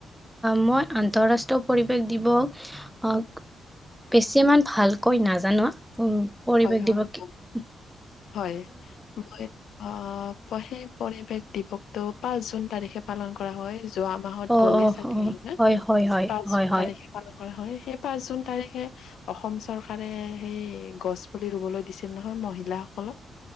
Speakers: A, in the centre; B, on the left.
A: মই আন্তঃৰাষ্ট্ৰীয় পৰিৱেশ দিৱস আহ বেছিমান ভালকৈ নাজানো উম পৰিৱেশ
B: হয় হয়
A: দিব <unintelligible>
B: হয় হয় মই অ সেই পৰিৱেশ দি <unintelligible> টো পাঁচ জুন তাৰিখে পালন কৰা হয় যোৱা মাহত
A: অ
B: গ'লেই
A: অ
B: চাগে
A: অ
B: হা
A: হয় হয় হয়
B: পাঁচ
A: হয়
B: জুন
A: হয়
B: তাৰিখে পালন <unintelligible> হয় সেই পাঁচ জুন তাৰিখে অসম চৰকাৰে সেই গছ পুলি ৰুবলৈ দিছিল নহয় মহিলাসকলক